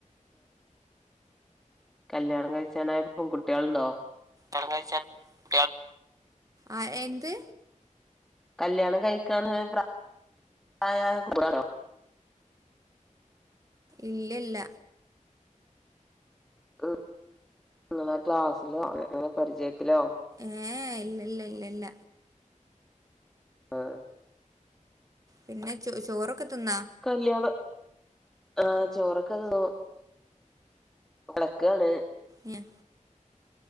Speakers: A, in the centre; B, on the right.
A: കല്യാണം കഴിച്ചാനായ പെൺകുട്ടികൾണ്ടോ
B: കയ്ച്ച <unintelligible> ആ എന്ത്
A: കല്യാണം കഴിക്കനായ പ്രായായ കൂട്ട്യാള്ണ്ടോ
B: ഇല്ല ഇല്ല
A: ഉ ഇങ്ങളെ ക്ലാസിലോ പരിചയത്തിലോ
B: ഏ ഇല്ലില്ല ഇല്ലില്ല
A: ആഹ
B: പിന്നെ ചോ ചോറൊക്കെ തിന്നാ
A: കല്യാണം ആഹ ചോറൊക്കെ തിന്നു കിടക്കാൻ
B: എ